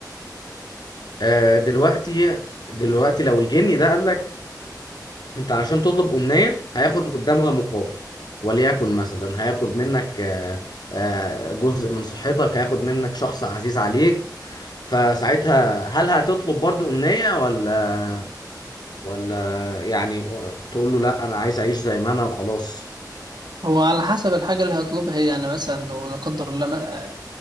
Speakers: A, on the left; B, on the right.
A: آه دلوقتي دلوقتي لو الجني ده قال لك انت علشان تطلب امنيه هياخد قدامها مقابل وليكن مثلا هياخد منك آه، آه، جزء من صحتك هياخد منك شخص عزيز عليك فساعتها هل هتطلب برضو امنيه ولا ولا يعني تقول له لا انا عايز اعيش زي ما انا وخلاص
B: هو على حسب الحاجة اللي هطلبها هي يعني مثلا لو لا قدر الله م-